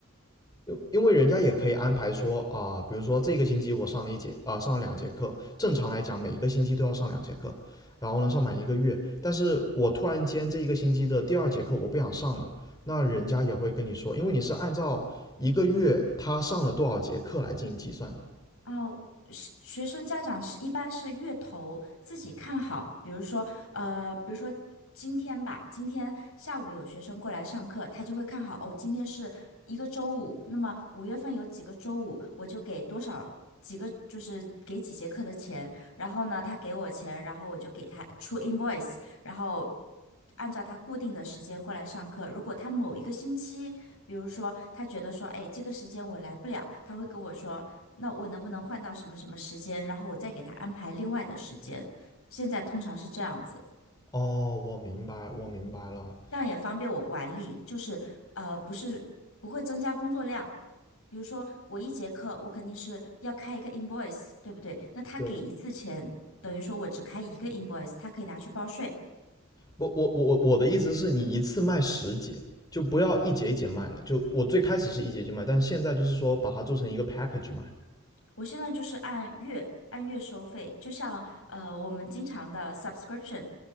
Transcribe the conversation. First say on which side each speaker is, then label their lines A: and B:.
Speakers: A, on the left; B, on the left.
A: 因因为人家也可以安排说啊、呃比如说这个星期我上了一节啊、呃上了两节课，正常来讲每个星期都要上两节课，然后呢上满一个月。但是我突然间这一个星期的第二节课我不想上了，那人家也会跟你说，因为你是按照一个月他上了多少节课来进行计算的嘛。
B: 哦，是学生家长是一般是月头自己看好，比如说，呃，比如说今天吧，今天下午有学生过来上课，他就会看好，哦，今天是一个周五，那么五月份有几个周五，我就给多少几个，就是给几节课的钱，然后呢，他给我钱，然后我就给他出 invoice，然后按照他固定的时间过来上课。如果他某一个星期，比如说他觉得说，哎，这个时间我来不了，他会跟我说，那我能不能换到什么什么时间，然后我再给他安排另外的时间。现在通常是这样子，
A: 哦，我明白，我明白了。
B: 这样也方便我管理，就是呃，不是不会增加工作量。比如说我一节课，我肯定是要开一个 invoice，对不对？那他给一次钱，
A: 对，
B: 等于说我只开一个 invoice，他可以拿去报税。
A: 不我我我我的意思是你一次卖十节，就不要一节一节卖了。就我最开始是一节一节卖，但是现在就是说把它做成一个 package 卖。
B: 我现在就是按月按月收费，就像呃我们经常的 subscription，